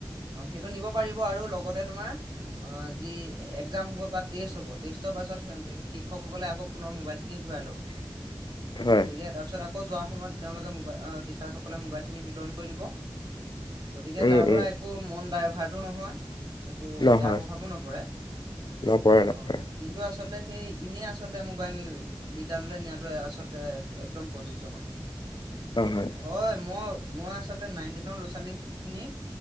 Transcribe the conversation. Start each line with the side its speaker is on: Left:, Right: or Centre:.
Right: অ' সেইটো নিব পাৰিব আৰু লগতে তোমাৰ অ' যি একজাম হ'ব বা টেষ্ট হ'ব টেষ্টৰ পাছত শিক্ষকসকলে আকৌ পুনৰ মবাইল খিনি ঘূৰাই লব।
Left: <inaudible> হয়
Right: গতিকে তাৰপিছত আকৌ যোৱাৰ সময়ত তেওঁলোকে মবাইল টিচাৰ সকলে মোবাইল খিনি বিতৰণ কৰি দিব। গতিকে
Left: উম
Right: তাৰ পৰা
Left: উম
Right: একো মন ডাইভাৰ্টো নহয় একো
Left: নহয়
Right: বেয়া প্ৰভাৱো নপৰে
Left: নপৰে নপৰে
Right: অ' কিন্তু আচলতে সেই ইনেই আচলতে মোবাইল বিদ্যালয়লৈ নিয়াটোৱে আচলতে একদম প্ৰযোজ্য নহয়।
Left: অ হয়
Right: হয় মই মই আচলতে নাইন টেনৰ ল'ৰা ছোৱালী খিনিক